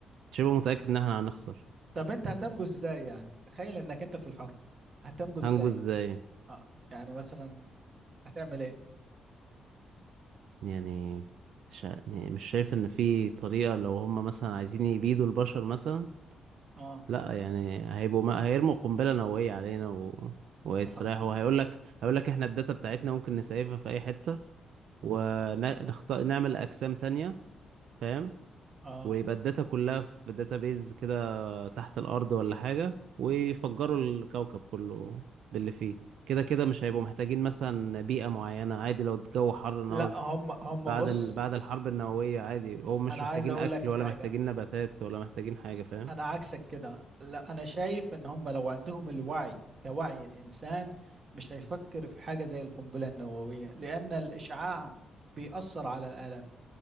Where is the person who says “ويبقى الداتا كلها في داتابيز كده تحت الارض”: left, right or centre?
Right